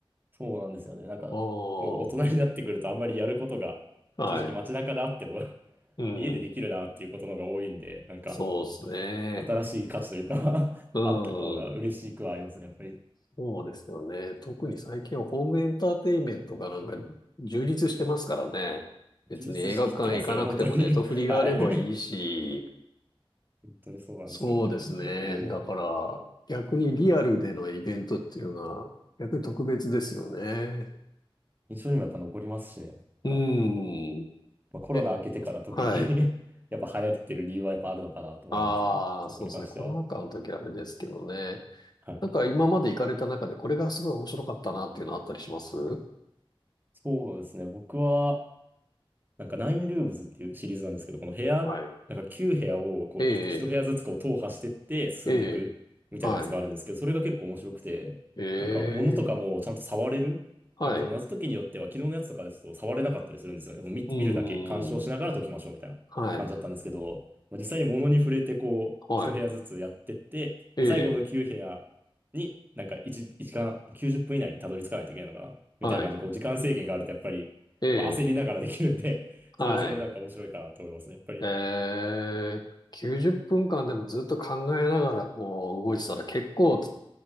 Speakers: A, on the right; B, on the left.
A: そうなんですよね。なんか、
B: ああ、
A: もう大人になってくるとあんまりやることが、
B: はい。
A: 正直街中であっても <laughs>
B: うん。
A: 家でできるなっていうことの方が多いんで、なんか、
B: そうですね。
A: 新しい価値というか <laughs>
B: う
A: あった方が嬉しくはありますね、
B: ん。
A: やっぱり。
B: そうですよね。特に最近はホームエンターテインメントがなんか充実してますからね。別に映画館行かなくてもネットフリがあればいいし、
A: 充実しきってますよね、本当に <laughs> はい。<laughs> 本当にそうなんですよね。
B: そうですね。
A: おー
B: だから逆にリアルでのイベントっていうのは逆に特別ですよね。
A: 印象にもやっぱ残りますしね。なんか、
B: うん。
A: まあ、コロナ明けてから特に
B: え、はい。
A: <laughs> やっぱ流行ってる理由はやっぱあるのかなと思いますよね。
B: ああ、
A: そこに関しては。
B: そうですね。コロナ禍の時はあれですけどね。
A: はい。
B: なんか今まで行かれた中でこれがすごい面白かったなっていうのあったりします
A: そうですね。僕は、なんかナインルームズっていうシリーズなんですけど、この部屋、
B: はい。
A: なんか9部屋をこうい1部屋ずつこう踏破してって進んでいくみたいなやつがあるんですけど、
B: ええ、ええ、はい。
A: それが結構面白くて、
B: ええ、
A: なんか物とかもちゃんと触れる。
B: はい。
A: なんかその謎解きによっては昨日のやつとかですと触れなかったりするんですよね。もう見、
B: うーん、
A: 見るだけ、鑑賞しながら解きましょうみたいな感じだったんですけど、
B: はい、
A: まあ、実際に物に触れてこう1部屋ずつやってって、
B: はい、ええ、
A: で、最後の9部屋になんか1、一時間90分以内にたどり着かないといけないのかなみたいな感じでこう時間制限があるとやっぱり、
B: はい、ええ、
A: まあ、焦りながらできるんでそれはそれでなんか面白いかなと思いますね。
B: はい、
A: やっぱり
B: ええ、90分間でもずっと考えながらこう動いてたら結構